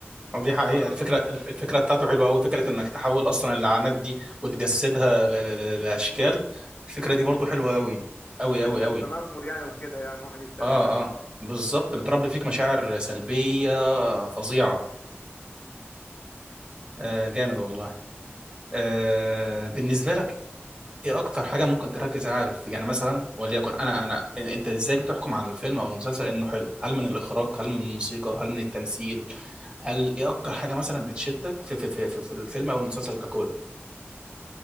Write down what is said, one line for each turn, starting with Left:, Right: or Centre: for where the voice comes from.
Right: آه دي حقيقة
Left: تنمر
Right: الفكرة الف- الفكرة بتاعته حلوة قوي فكرة انك تحول اصلا
Left: آه،
Right: اللعنات دي وتجسدها ل- ل- ل- لاشكال الفكرة
Left: مم.
Right: دي برضه حلوة قوي قوي
Left: فكرة
Right: قوي
Left: زي
Right: قوي
Left: التنمر يعني وكده يعني واحد يتريق
Right: اه
Left: عليك
Right: اه بالظبط بتربي فيك مشاعر سلبية
Left: آه.
Right: فظيعة آه جامد والله آه بالنسبة لك ايه اكتر حاجه ممكن تركز عليها في يعني مثلا وليكن انا انا إن- انت ازاي بتحكم على الفيلم او المسلسل انه حلو هل من الاخراج هل من الموسيقى هل من التمثيل هل ايه اكتر حاجه مثلا بتشدك في في في في, في الفيلم او المسلسل ككل